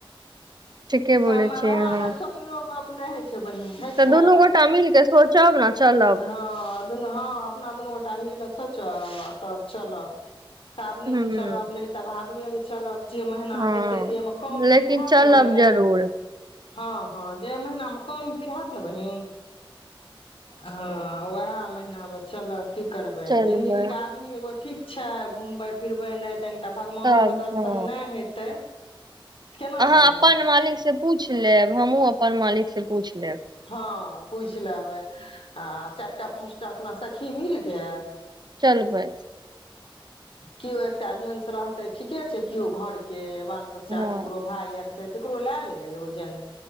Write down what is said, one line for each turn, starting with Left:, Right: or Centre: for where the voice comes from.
Right: ठीके
Left: सबमे
Right: बोलै छियै
Left: उएह
Right: अहाँ
Left: ने सोचलो गप उ नै होय छै जे बहिन होय
Right: तऽ
Left: छै
Right: दुनू गोटा मिल के सोचब ने चलब
Left: हाँ दुनू हाँ अपना दु गोटा मिलकऐ सोचब तब चलब साबने
Right: हूँ
Left: मे चलब नहि तऽ भादुऐ मे चलब जे महीना
Right: हँ
Left: हेतै जेमे कम
Right: लेकिन
Left: भीड़ होयत
Right: चलब
Left: ने बहीन
Right: जरूर
Left: हँ हँ जे महिना कम भीड़ हायत ने बहिन हँ ओएह महिना आब चलऽ की करबै
Right: चलबै
Left: जिंन्दगी के आदमी कोय ठीक छै घुमबै फिरबै नहि त एकटा भगवानो
Right: तब
Left: के दर्शन
Right: हँ
Left: नहि हेतै केना
Right: अहाँ
Left: भेलै
Right: अपन मालिक से पूछ लेब हमूँ अपन मालिक से पूछ लेब
Left: हँ पूछि लेबै आ चारिटा पाँचटा अपनासँ सखी की मिलके
Right: चलबै
Left: केओ एकटा जंस रहतै ठीके छै केओ घर के बाल बच्चा
Right: हँ
Left: केकरो भाय यार ककरो लय लेब एगो जेन्स